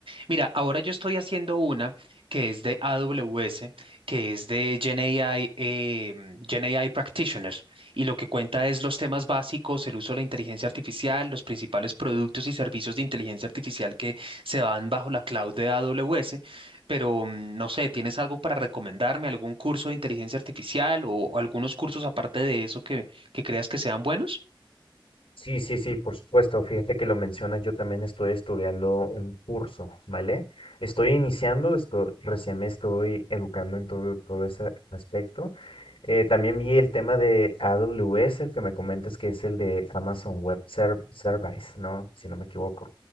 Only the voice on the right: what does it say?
Mira, ahora yo estoy haciendo una que es de AWS, que es de GenAI, eh, GenAI Practitioner. Y lo que cuenta es los temas básicos, el uso de la inteligencia artificial, los principales productos y servicios de inteligencia artificial que se dan bajo la cloud de AWS. Pero mm, no sé, ¿tienes algo para recomendarme? ¿Algún curso de inteligencia artificial o o algunos cursos aparte de eso que, que creas que sean buenos?